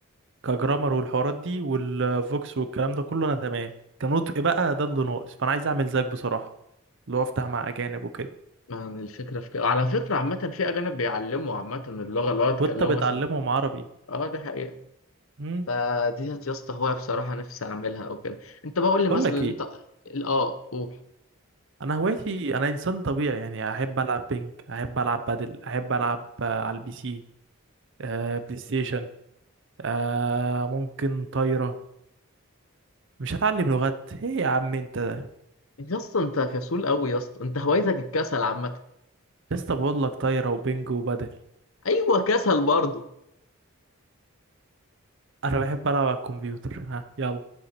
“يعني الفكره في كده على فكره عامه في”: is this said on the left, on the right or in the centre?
Left